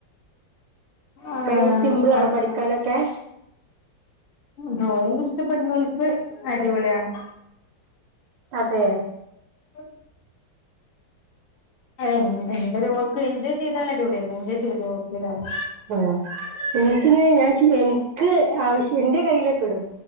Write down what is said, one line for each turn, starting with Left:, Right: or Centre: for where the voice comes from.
Left: ആഹ്ഹ്
Right: ഭയ സിമ്പിളാണോ
Left: അ
Right: പഠിക്കാനൊക്കെ
Left: ഡ്രോയിങ് ഇഷ്ടപ്പെടുന്നവർക്ക് അടിപൊളിയാണ്
Right: അതെ
Left: <unintelligible> എന്തൊരു വർക്ക് എൻജോയ് ചെയ്താൽ അടിപൊളിയല്ലേ എൻജോയ് ചെയ്ത് വർക്ക് ചെയ്താല്
Right: ഉം എനിക്ക് ഇനി ഞാൻ ചെ എനിക്ക് ആവിശ്യ എന്റെ കയ്യിലൊക്കെ ഇടും